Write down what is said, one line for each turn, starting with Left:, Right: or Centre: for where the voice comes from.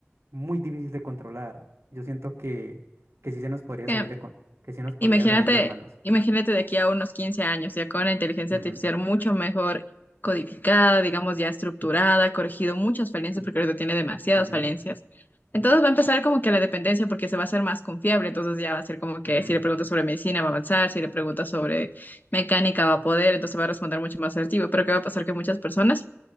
Right: muy difícil de controlar. Yo siento que, que sí se nos podría
Left: Eh,
Right: salir de, con- que sí nos podría
Left: Imagínate,
Right: salir de las manos.
Left: imagínate de aquí a unos 15 años, ya con la inteligencia
Right: Ujú,
Left: artificial mucho mejor codificada, digamos ya estructurada, corregido muchas falencias, porque ahorita tiene demasiadas
Right: ujú,
Left: falencias. Entonces va a empezar como que la dependencia, porque se va a hacer más confiable, entonces ya va a ser como que
Right: ujú,
Left: si le preguntas sobre medicina va a avanzar, si le preguntas sobre mecánica va a poder, entonces va a responder mucho más asertivo, pero ¿qué va a pasar? Que muchas personas